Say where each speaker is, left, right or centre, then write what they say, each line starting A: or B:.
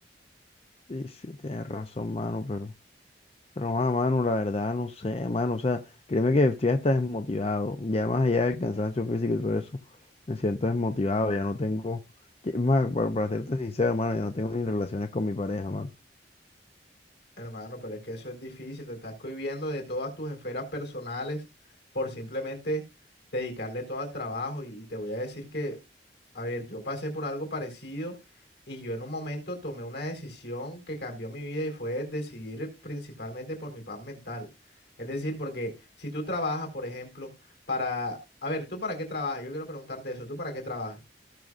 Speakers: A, on the left; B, on the left.
A: Sí, sí, tienes razón, mano, pero, pero, ah, mano, la verdad, no sé, mano, o sea, créeme que estoy hasta desmotivado, ya más allá del cansancio físico y todo eso, me siento desmotivado, ya no tengo, que- más, para, para serte sincero, mano, ya no tengo ni relaciones con mi pareja, mano.
B: hermano, pero es que eso es difícil, te estás cohibiendo de todas tus esferas personales por simplemente dedicarle todo al trabajo y, y te voy a decir que A ver, yo pasé por algo parecido y yo en un momento tomé una decisión que cambió mi vida y fue decidir principalmente por mi paz mental. Es decir, porque si tú trabajas, por ejemplo, para... A ver, ¿tú para qué trabajas? Yo quiero preguntarte eso. ¿Tú para qué trabajas?